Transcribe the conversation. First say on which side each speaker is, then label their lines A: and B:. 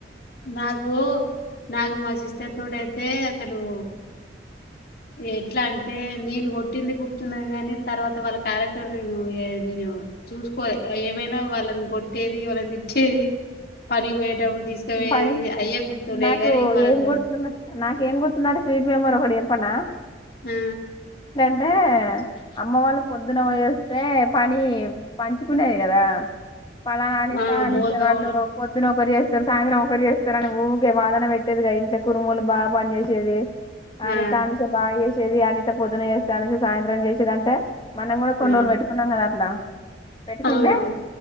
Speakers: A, on the left (about 55°); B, on the left (about 25°).
A: నాగుూ నాగు మా సిస్టర్ తోటఅయితే హలో ఎట్లా అంటే నేను కొట్టింది గుర్తున్నది గాని తర్వాత వాళ్ళ క్యారెక్టర్ నేను చూసుకో ఏమైనా వాళ్ళని కొట్టేది వాళ్ళని తిట్టేది పనికి పోయేటప్పుడు తీసుకువయేది
B: పని
A: అయ్యే గుర్తుండయి
B: నాకు
A: కానీ వాళ్ళతో
B: ఏం గుర్తున్న నాకేం గుర్తుందంటె స్వీట్ మెమొరి ఒకటి చెప్పనా
A: హు
B: అంటే అమ్మ వాళ్ళు పొద్దున ఒయోస్తే పని పంచుకునేది కదా పలానా అనిత
A: ఆ
B: అనుష
A: బోల్దోవడం
B: వాళ్ళు కొద్ ఒకరు చేస్తారు సాయంత్రం ఒకరు చేస్తారు అని ఊకే వాదన పెట్టేదిగా ఇంట్లో కురుమలు బాగా పని చేసేది
A: ఆ
B: అనిత అనుష బాగా చేసేది అని పొద్దున్న చేస్తా అనేసి సాయంత్రం చేసేదాన్టా మనం కూడా కొన్న్రోజులు
A: ఆ
B: పెట్టుకున్నాం కదా అట్లా పెట్టుకుంటే
A: అవునవును